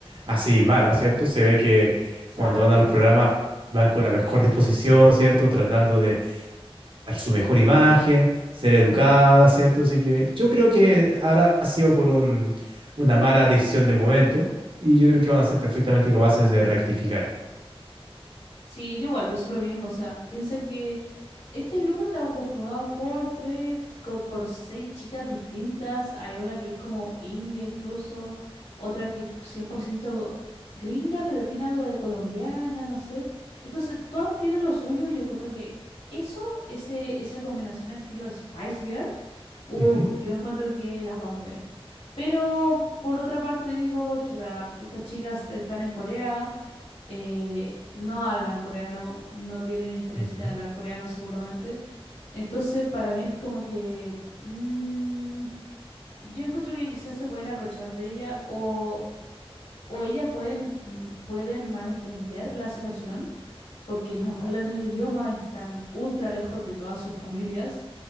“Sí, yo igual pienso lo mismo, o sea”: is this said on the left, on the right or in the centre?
Left